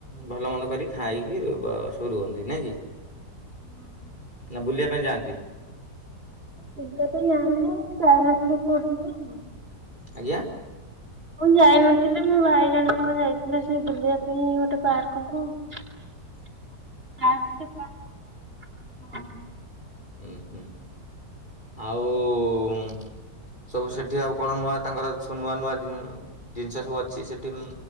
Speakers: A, on the left (about 25°); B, on the right (about 30°).
A: ଭଲ ମନ୍ଦ କରିକି ଖାଇକି ରୁହନ୍ତି ନାଇଁ କି
B: ହଁ
A: ନା ବୁଲିବା ପାଇଁ ଯାଆନ୍ତି
B: ପଇିବା ପାଇଁ ଆଣିଲି କାରନାଥ କୋଉଠି ଆଉ
A: ଆଜ୍ଞା
B: ମୁଁ ଯାଇନଥିଲି ମୋ ଭାଇଜଣ ହବ ଯାଇଥିଲ ସେ ବୁଲିବା ପାଇଁ ଗୋଟେ ପାର୍କକୁ
A: ହଁ
B: ହଁ
A: ହୁଁ ହୁଁ ଆଉ ସବୁ ସେଠି ଆଉ କଣ ନୂଆ ତାଙ୍କର ସବୁ ନୂଆ ନୂଆ ଜିନିଷ ସବୁ ଅଛି ସେଠି